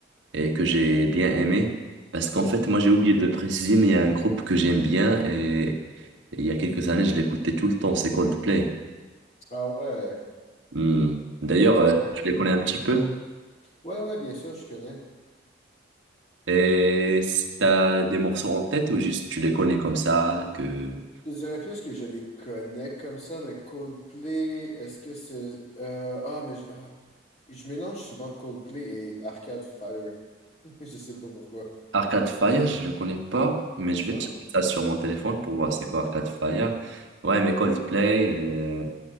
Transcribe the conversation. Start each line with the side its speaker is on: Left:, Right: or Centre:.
Right: et que j'ai bien aimé. Parce qu'en fait, moi, j'ai oublié de préciser, mais il y a un groupe que j'aime bien et et il y a quelques années, je l'écoutais tout le temps, c'est Coldplay.
Left: Ah ouais,
Right: Hmm. D'ailleurs,
Left: c'est
Right: euh,
Left: bon
Right: je
Left: ça.
Right: les connais un petit peu.
Left: Ouais, ouais, bien sûr, je connais.
Right: Et s- t'as des morceaux en tête ou juste tu les connais comme ça que...
Left: Je dirais plus que je les connais comme ça, mais Coldplay, est-ce que c'est... euh, ah, mais je, ah, je mélange souvent Coldplay et Arcade Fire. <laughs> Je sais pas pourquoi.
Right: Arcade Fire, je le connais pas, mais je vais
Left: Ah
Right: checker
Left: non?
Right: ça sur mon téléphone pour voir c'est quoi Arcade Fire. Ouais, mais Coldplay, euh,